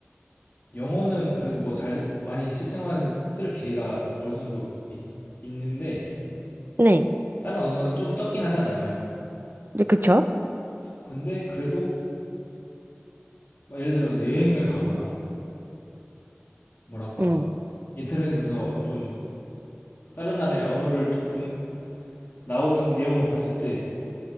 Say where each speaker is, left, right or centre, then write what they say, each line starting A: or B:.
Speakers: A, on the left; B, on the right.
A: 영어는 그래도 뭐 잘 많이 실생활에서 쓸 기회가 어느 정도 있, 있는데
B: 네.
A: 다른 언어는 좀 적긴 하잖아요.
B: 네, 그쵸?
A: 근데 그래도 막 예를 들어서 여행을 가거나 뭐랄까
B: 음.
A: 인터넷에서 좀 다른 나라의 언어를 조금 나오는 내용을 봤을 때